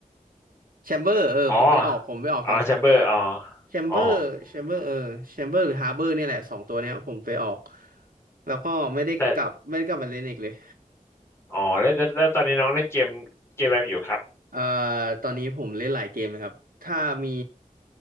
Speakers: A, on the right; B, on the left.
A: แชมเบอร์เออผมไปออกผมไปออกตอนแชมเบอร์
B: อ๋อ อ๋อแชมเบอร์อ๋อ
A: แชมเบอร์แชมเบอร์เออแชมเบอร์หรือฮาร์เบอร์เนี่ยแหละสองตัวเนี้ยผมไปออก
B: อ๋อ
A: แล้วก็ไม่ได้กลับไม่ได้กลับมาเล่นอีกเลย
B: แต่อ๋อแล้วแล้วแล้วตอนนี้น้องเล่นเกมเกมอะไรอยู่ครับ
A: เอ่อตอนนี้ผมเล่นหลายเกมนะครับถ้ามี